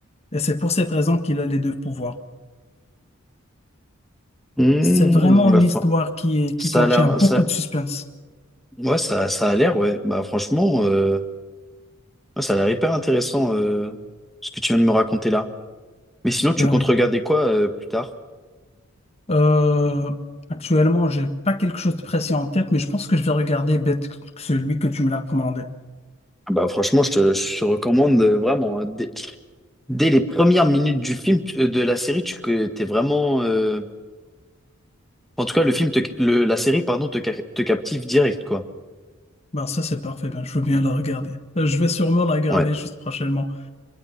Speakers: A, on the left; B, in the centre.
A: Et c'est pour cette raison qu'il a les deux pouvoirs.
B: Hmm,
A: C'est vraiment
B: bah,
A: une histoire
B: fran-
A: qui est- qui
B: ça
A: contient
B: a l'air,
A: beaucoup
B: ça,
A: de suspense.
B: ouais, ça, ça a l'air, ouais. Bah, franchement, euh, ouais, ça a l'air hyper intéressant, euh, ce que tu viens de me raconter là. Mais sinon,
A: Ben
B: tu comptes
A: oui.
B: regarder quoi, euh, plus tard?
A: Euh, actuellement, j'ai pas quelque chose de précis en tête, mais je pense que je vais regarder Bête que celui que tu me l'as commandé.
B: Ah Bah, franchement, je te, je te recommande euh, vraiment. hein, dès, dès les premières minutes du film, tu- euh, de la série, tu que t'es vraiment. euh, en tout cas, le film, te, le, la série, pardon, te, ca- te captive direct, quoi.
A: Ben ça, c'est parfait. Ben, je veux bien la regarder. Euh, Je vais sûrement la regarder
B: Ouais.
A: juste prochainement.